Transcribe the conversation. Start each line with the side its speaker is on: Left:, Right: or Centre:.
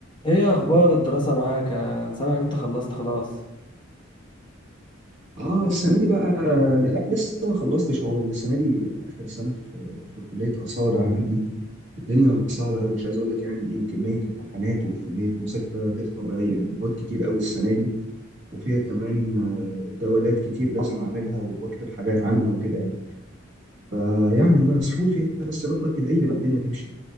Left: ايه اخبار الدراسة معاك انا سامع ان انت خلصت خلاص
Right: اه السنه دي بقى لا يعني لسه ما خلصتش هو السنه دي اخر سنه في في كليه اثار عندي الدنيا صعبه قوي مش عايز اقول لك يعني ايه كميه امتحانات وكميه مذاكره غير طبيعيه يعني مواد كتير قوي السنه دي وفيها كمان آه، جولات كتير لازم اعملها واكتب حاجات عنها وكده يعني فيعني بقى مسحول فيها بس ربك يدعي لي بقى الدنيا تمشي